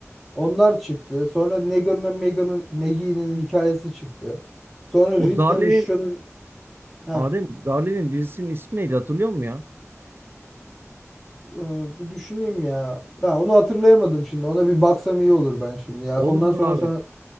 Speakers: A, in the centre; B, on the right.
A: Onlar çıktı. Sonra Negan'la Megan'ın Maggie'nin hikayesi çıktı. Sonra
B: O
A: Rick'le
B: Darle'nin
A: Michonne'un Heh,
B: Adem Darle'nin dizisinin ismi neydi hatırlıyor musun ya?
A: e, bir düşüneyim ya. Ya onu hatırlayamadım şimdi. Ona bir baksam iyi olur ben şimdi ya.
B: Olur
A: Ondan
B: olur
A: sonra
B: abi.
A: sana